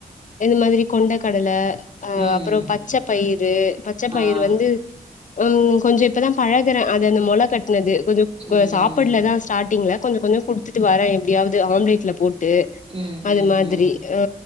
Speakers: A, on the left; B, on the right.
A: இந்த மாதிரி கொண்ட கடலை ஆ
B: ம்.
A: அப்பற பச்ச பயிறு பச்ச பயிர்
B: ஆ.
A: வந்து அம் கொஞ்ச இப்பதா பழகுறே அது அந்த மொள கட்னது கொஞ்சோ
B: ம்.
A: சாப்படுல தா ஸ்டார்டிங்ல கொஞ்ச கொஞ்ச குடுத்துட்டு வரே எப்டியாவது ஆம்லெட்ல போட்டு ட்டு
B: ம்,
A: அது
B: ம்,
A: மாதிரி
B: ம்.
A: ஆ